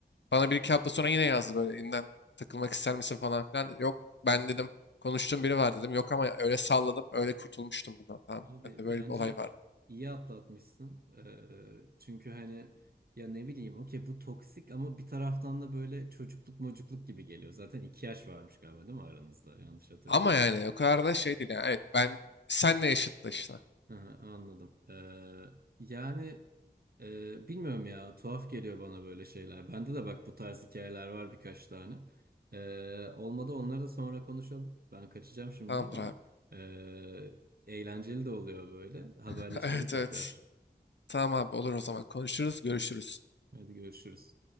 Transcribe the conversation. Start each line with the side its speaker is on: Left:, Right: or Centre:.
Left: bana bir iki hafta sonra yine yazdı böyle yeniden takılmak ister misin falan filan. Yok ben dedim konuştuğum biri var dedim. Yok ama öyle salladım öyle kurtulmuştum bundan tamam.
Right: Abi
Left: Bende böyle
Right: bence
Left: bir olay vardı.
Right: iyi atlatmışsın. Ee, çünkü hani ya ne bileyim okey bu toksik ama bir taraftan da böyle çocukluk mocukluk gibi geliyor. Zaten iki yaş varmış galiba değil mi aranızda? Yanlış hatırlamıyorum.
Left: Ama yani o kadar da şey değil yani. Evet ben senle yaşıttı işte.
Right: Hı hı, Anladım. Ee, yani e, bilmiyorum ya tuhaf geliyor bana böyle şeyler. Bende de bak bu tarz hikayeler var birkaç tane. Ee, olmadı onları da sonra konuşalım. Ben kaçacağım şimdi
Left: Tamamdır
Right: ama
Left: abi.
Right: e, eğlenceli de oluyor böyle. Haberleşelim
Left: <laughs> Evet
Right: tekrar.
Left: evet. Tamam abi olur o zaman konuşuruz görüşürüz.
Right: Hadi görüşürüz.